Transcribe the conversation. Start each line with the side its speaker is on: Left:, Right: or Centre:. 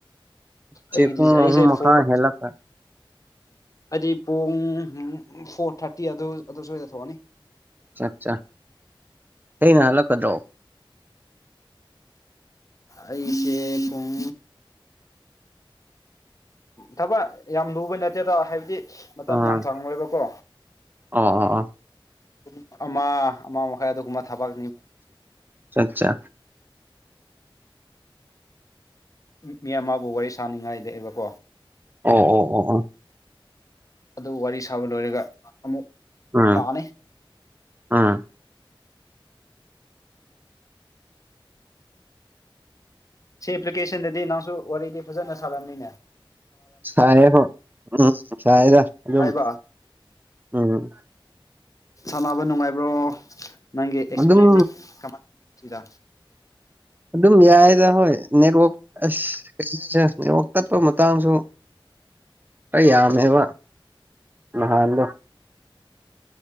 Right: ꯁꯤ
Left: ꯑꯩꯒꯤꯗꯤ
Right: ꯄꯨꯡ
Left: ꯑꯩꯁꯦ
Right: ꯑꯍꯨꯝ ꯃꯈꯥꯏ
Left: ꯐꯣꯔ
Right: ꯍꯦꯜꯂꯛꯀ
Left: ꯍꯥꯏꯗꯤ ꯄꯨꯡ ꯐꯣꯔ ꯊꯥꯔꯇꯤ ꯑꯗꯨ ꯑꯗꯨ ꯁ꯭ꯣꯏꯗ ꯊꯣꯛꯑꯅꯤ
Right: ꯑꯠꯆꯥ ꯆꯥ ꯑꯩꯅ ꯍꯜꯂꯛꯀꯗ꯭ꯔꯣ
Left: ꯑꯩꯁꯦ ꯄꯨꯡ ꯊꯕꯛ ꯌꯥꯝ ꯂꯨꯕ ꯅꯠꯇꯦꯗ ꯍꯥꯏꯕꯗꯤ ꯃꯇꯝ
Right: ꯑꯥ
Left: ꯌꯥꯝ ꯆꯥꯡꯉꯣꯏꯕꯀꯣ
Right: ꯑꯣ ꯑꯣ ꯑꯣ
Left: ꯄꯨꯡ ꯑꯃ ꯑꯃ ꯃꯈꯥꯏ ꯑꯗꯨꯒꯨꯝꯕ ꯊꯕꯛ
Right: ꯆꯠꯆꯥ
Left: ꯃꯤ ꯑꯃꯕꯨ ꯋꯥꯔꯤ ꯁꯥꯅꯤꯡꯉꯥꯏꯗꯕꯀꯣ
Right: ꯑꯣ ꯑꯣ ꯑꯣ ꯑꯣ
Left: ꯑꯗꯨ ꯋꯥꯔꯤ ꯁꯥꯕ ꯂꯣꯏꯔꯒ ꯑꯃꯨꯛ
Right: ꯎꯝ
Left: ꯂꯥꯛꯑꯅꯤ
Right: ꯎꯝ
Left: ꯁꯤ ꯑꯦꯄ꯭ꯂꯤꯀꯦꯁꯟꯗꯗꯤ ꯅꯪꯁꯨ ꯋꯥꯔꯤꯗꯤ ꯐꯖꯅ ꯁꯥꯔꯅꯤꯅꯦ
Right: ꯁꯥꯏꯕ ꯎꯝ ꯁꯥꯏꯗ ꯑꯗꯨꯝ
Left: ꯍꯥꯏꯕ
Right: ꯎꯝ
Left: ꯁꯥꯟꯅꯕ ꯅꯨꯡꯉꯥꯏꯕ꯭ꯔꯣ ꯅꯪꯒꯤ ꯑꯦꯛꯁꯄꯤꯔꯤꯌꯦꯦꯟꯁꯁꯦ
Right: ꯑꯗꯨꯝ
Left: ꯀꯃꯥꯏ ꯁꯤꯗ
Right: ꯑꯗꯨꯝ ꯌꯥꯏꯌꯦꯗ ꯍꯣꯏ ꯅꯦꯠꯋꯥꯛ ꯑꯁ ꯀꯩꯅꯣꯁꯦ ꯅꯦꯠꯋꯣꯛ ꯇꯠꯄ ꯃꯇꯥꯡꯁꯨ ꯑꯩ ꯌꯥꯝꯃꯦꯕ ꯅꯍꯥꯟꯗꯣ